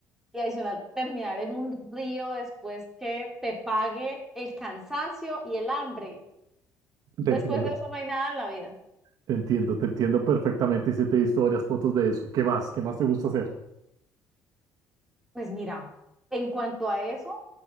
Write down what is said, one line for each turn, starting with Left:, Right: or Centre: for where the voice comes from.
Centre: y adicional, terminar en un río después que te pague el cansancio y el hambre.
Right: te
Centre: Después
Right: entiendo,
Centre: de eso no hay nada en la vida.
Right: te entiendo, te entiendo perfectamente. Hiciste historias, fotos de eso. ¿Qué más? ¿Qué más te gusta hacer?
Centre: Pues mira, en cuanto a eso,